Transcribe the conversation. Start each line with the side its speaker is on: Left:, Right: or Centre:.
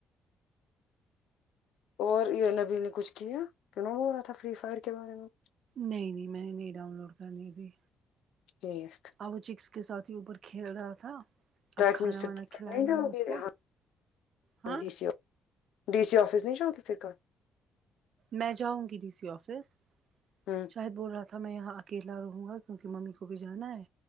Left: اور یے نبی نے کچھ کیا کیوں نہ وہ ہو رہا تھا فری فائر کے بارے میں
Right: نہیں نہیں میں نہیں ڈاؤن لوڈ کرنی تھی
Left: ٹھیک
Right: او چکس کے ساتھ ہی اوپر کھیل رہا تھا
Left: <unintelligible>
Right: اب کھانا وانا کھلایا میں نے اس کو ہاں
Left: ڈی سی آفس نہیں جاو گی پھر کل
Right: میں جاؤں گی ڈی سی آفس
Left: ہمم
Right: شاید بول رہا تھا میں یہاں اکیلا رہوں گا کیونکی ممی کو بھی جانا ہے